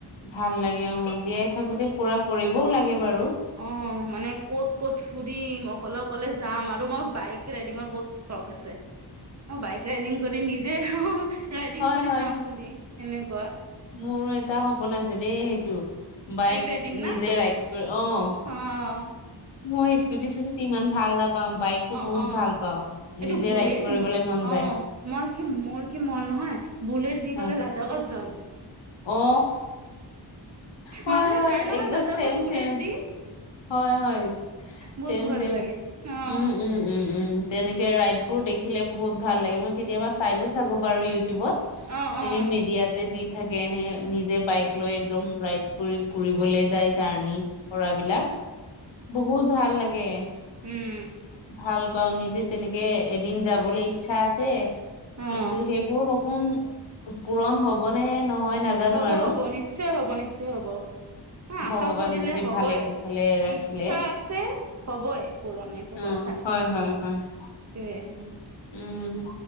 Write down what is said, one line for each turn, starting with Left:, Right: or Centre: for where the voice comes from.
Left: ভাল লাগে অ জীয়াই থাকোতে পুৰা কৰিবও লাগে। বাৰু
Right: অ মানে ক'ত ক'ত ফুৰিম? অকলে কলে যাম আৰু মই বাইক ৰাইডিঙৰ বহুত চখ আছে‌। অ বাইক ৰাইডিং কৰি নিজে ৰাইডিং
Left: হয়
Right: কৰি
Left: হয়
Right: যাম বুলি এনেকুৱা।
Left: মোৰো এটা সপোন আছে দেই সেইটো বাইক
Right: ৰাইডিং না
Left: নিজে ৰাইড কৰি আহ।
Right: অ'
Left: মই স্কুটি স্কুটি ইমান ভাল নাপাওঁ বাইক টো
Right: অ'
Left: বহুত
Right: অ'
Left: ভাল পাওঁ
Right: এইটো
Left: নিজে
Right: বুলেট
Left: ৰাইড কৰিবলৈ মন।
Right: অ
Left: যায়
Right: মই কি মোৰ কি মনহয় বুলেট দি
Left: হয়
Right: পেলাই লাডাখত যাম।
Left: অ হয়
Right: মানুহে
Left: হয়
Right: যায় নহয়
Left: একদম
Right: লাডাখত
Left: চেম
Right: বুলেট
Left: চেম।
Right: দি।
Left: হয় হয়
Right: বহুত
Left: চেম
Right: ভাল
Left: চেম
Right: লাগে অ'
Left: উম উম উম উম। তেনেকে ৰাইত বোৰ দেখিলে বহুত। ভাল লাগে মই কেতিয়াবা চাইও থাকো বাৰু ইউটিউবত
Right: অ' অ'
Left: এনে
Right: অ'
Left: মিডিয়া যে দি থাকে নে নিজে বাইক লৈ একদম ৰাইড কৰি ফুৰিবলৈ যায় জাৰ্ণি কৰা বিলাক বহুত ভাল লাগে
Right: উম,
Left: ভাল পাওঁ নিজে তেনেকে এদিন যাবলৈ ইচ্ছা আছে
Right: অ',
Left: কিন্তু সেইবোৰ। কোন পূৰণ হ'বনে নহয় নাজানো
Right: হ'ব
Left: আৰু
Right: হ'ব নিশ্চয় হ'ব নিশ্চয় হ'ব। হা
Left: ভগৱানে
Right: আশা কৰিলে
Left: যদি
Right: হ'বই।
Left: ভালে কোখলে ৰাখি
Right: ইচ্ছা আছে হ'বই পূৰণ এইটো
Left: অহ
Right: কথা।
Left: হয় হয় হয়
Right: সেইটোৱে
Left: উম